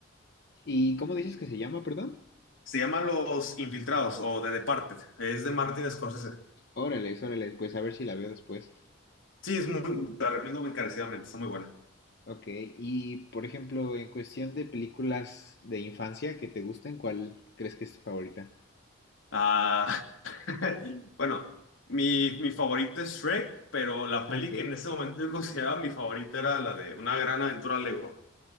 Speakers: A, on the left; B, on the left.
A: ¿Y cómo dices que se llama, perdón?
B: Se llama Los Infiltrados o The Departed. Es de Martin Scorsese.
A: Órale, órale, pues a ver si la veo después.
B: Sí, es muy, te la recomiendo encarecidamente, está muy buena.
A: Ok, y por ejemplo, en cuestión de películas de infancia que te gusten, ¿cuál crees que es tu favorita?
B: Ah, <laughs> bueno, mi, mi favorita es Shrek, pero la
A: Ah,
B: peli
A: ok.
B: que en ese momento yo consideraba mi favorita era la de Una gran aventura Lego.